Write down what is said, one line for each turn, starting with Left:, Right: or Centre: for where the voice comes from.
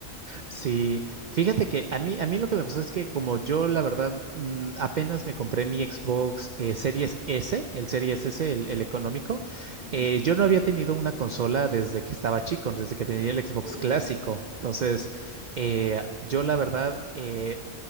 Right: Sí, fíjate que a mí, a mí lo que me pasó es que como yo, la verdad, mm, apenas me compré mi Xbox eh, Series S, el Series S,
Left: Sí,
Right: el, el económico,
Left: sí, sí.
Right: eh, yo no había tenido una consola desde que estaba chico, desde que tenía el Xbox
Left: Ey,
Right: clásico. Entonces, eh, yo la verdad, eh,